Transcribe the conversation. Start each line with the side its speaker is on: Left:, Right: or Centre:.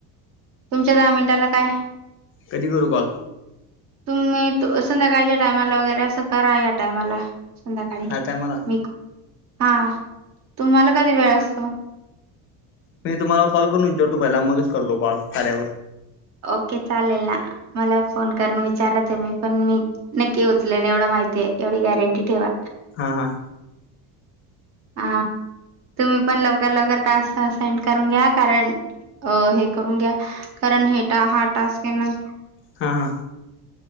Right: तुमच्या दहा मिनटांला काय?
Left: कधी करू काॅल.
Right: तुम्ही त- संध्याकाळच्या टायमांला वगैरे असं करा या टायमांला. संध्याकाळी
Left: हा टायमाला
Right: मी आं. तुम्हाला कधी वेळ असतो.
Left: मी तुम्हाला कॉल करून इचारतो पहिला मगच करतो कॉल झाल्यावर.
Right: ओके चालेल नां मला फोन करून विचारत तुम्ही पण मी- नक्की उचलेन एवढं माहितीये एवढी गॅरंटी ठेवा.
Left: हां हां
Right: हां तुम्ही पण लवकर लवकर टास्क असाइन करून घ्या कारण- अं हे करून घ्या कारण हे ट हा टास्क आहे ना-
Left: हा हा